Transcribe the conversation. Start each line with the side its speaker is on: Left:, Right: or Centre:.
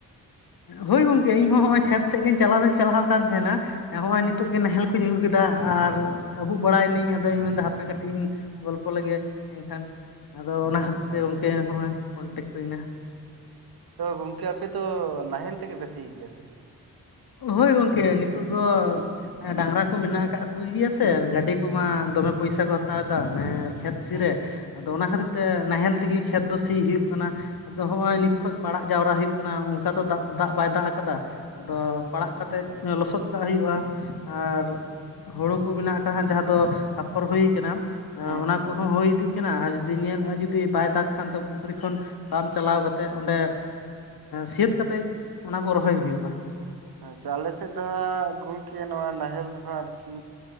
Left: ᱦᱳᱭ ᱜᱚᱢᱠᱮ ᱤᱧ ᱦᱚᱸ ᱱᱚᱜ-ᱚᱭ ᱠᱷᱮᱛ ᱥᱮᱫ ᱜᱮᱧ ᱪᱟᱞᱟᱣ ᱫᱚᱧ ᱪᱟᱞᱟᱣ ᱠᱟᱱ ᱛᱟᱦᱮᱱᱟ ᱱᱚᱜ-ᱚᱭ ᱱᱤᱛᱚᱜ ᱜᱮ ᱱᱟᱦᱮᱞ ᱠᱚᱧ ᱟᱹᱜᱩ ᱠᱮᱫᱟ ᱟᱨ ᱟᱹᱵᱩᱜ ᱵᱟᱲᱟᱭᱱᱟᱹᱧ ᱟᱫᱚᱧ ᱢᱮᱱᱫᱟ ᱦᱟᱯᱮ ᱠᱟᱹᱴᱤᱡ ᱤᱧ ᱜᱚᱞᱯᱚ ᱞᱮᱜᱮ ᱮᱱᱠᱷᱟᱱ ᱟᱫᱚ ᱚᱱᱟ
Right: ᱟᱪᱪᱷᱟ
Left: ᱠᱷᱟᱹᱛᱤᱨ ᱛᱮ
Right: ᱟᱪᱪᱷᱟ
Left: ᱜᱚᱢᱠᱮ
Right: ᱟᱪᱪᱷᱟ
Left: ᱦᱚᱭ ᱠᱚᱱᱴᱮᱠᱴ ᱦᱩᱭᱱᱟ
Right: ᱛᱚ ᱜᱚᱢᱠᱮ ᱟᱯᱮ ᱛᱚ ᱱᱟᱦᱮᱞ ᱛᱮᱜᱮ ᱯᱮ ᱥᱤ ᱜᱮᱭᱟ ᱥᱮ ᱪᱮᱫ
Left: ᱦᱳᱭ ᱜᱚᱝᱠᱮ ᱱᱤᱛ‌ᱚᱜ ᱫᱚ ᱰᱟᱝᱨᱟ ᱠᱚ ᱢᱮᱱᱟᱜ ᱟᱠᱟᱫ ᱠᱚ ᱜᱮᱭᱟ ᱥᱮ ᱜᱟᱹᱰᱤ ᱠᱚᱢᱟ ᱫᱚᱢᱮ ᱯᱚᱭᱥᱟ ᱠᱚ ᱦᱟᱛᱟᱣ ᱮᱫᱟ ᱦᱮ ᱠᱷᱮᱛ ᱥᱤ
Right: ᱦᱩᱸ
Left: ᱨᱮ
Right: ᱦᱩᱸ ᱦᱩᱸ
Left: ᱟᱫᱚ ᱚᱱᱟ ᱠᱷᱟᱹᱛᱤᱨ ᱛᱮ ᱱᱟᱦᱮᱞ ᱛᱮᱜᱮ ᱠᱷᱮᱛ ᱫᱚ ᱥᱤ ᱦᱩᱭᱩᱜ ᱠᱟᱱᱟ ᱟᱫᱚ ᱦᱚᱸᱜᱼᱚᱸᱚᱭ ᱱᱤᱛ ᱠᱷᱚᱡ ᱯᱟᱲᱟᱜ ᱡᱟᱣᱨᱟ ᱦᱩᱭᱩᱜ ᱠᱟᱱᱟ ᱚᱱᱠᱟ ᱛᱚᱟᱜ ᱫᱟᱜ ᱵᱟᱭ ᱫᱟᱜ ᱠᱟᱫᱟ ᱟᱫᱚ ᱯᱟᱲᱟᱜ
Right: ᱚ
Left: ᱠᱟᱛᱮᱫ
Right: ᱟᱪᱪᱷᱟ ᱟᱪᱪᱷᱟ
Left: ᱞᱚᱥᱚᱫ ᱟᱥᱠᱟᱜ ᱦᱩᱭᱩᱜ-ᱟ ᱟᱨ ᱦᱩᱲᱩ ᱠᱚ ᱢᱮᱱᱟᱜ ᱟᱠᱟᱫᱟ ᱡᱟᱦᱟᱸ ᱫᱚ ᱟᱯᱷᱚᱨ ᱦᱩᱭ ᱠᱟᱱᱟ ᱦᱮ
Right: ᱦᱩᱸ
Left: ᱚᱱᱟ
Right: ᱦᱩᱸ
Left: ᱠᱚᱦᱚᱸ
Right: ᱦᱩᱸ
Left: ᱦᱳᱭ ᱤᱫᱤᱜ ᱠᱟᱱᱟ ᱟᱨ ᱡᱩᱫᱤ ᱧᱮᱞᱮᱫᱼᱟ ᱡᱩᱫᱤ ᱵᱟᱭ ᱫᱟᱜ ᱠᱷᱟᱱ ᱛᱚ ᱯᱩᱠᱷᱨᱤ ᱠᱷᱚᱱ ᱯᱟᱢ ᱪᱟᱞᱟᱣ ᱠᱟᱛᱮᱫ ᱚᱸᱰᱮ ᱥᱟᱹᱛ ᱠᱟᱛᱮᱜ ᱚᱱᱟ ᱠᱚ ᱨᱚᱦᱚᱭ ᱦᱩᱭᱩᱜ-ᱟ
Right: ᱪᱟᱞᱮ ᱥᱮ ᱫᱚᱦ ᱜᱚᱢ ᱱᱚᱣᱟ ᱱᱟᱦᱮᱞ ᱫᱚᱦᱚ ᱟᱨᱠᱤ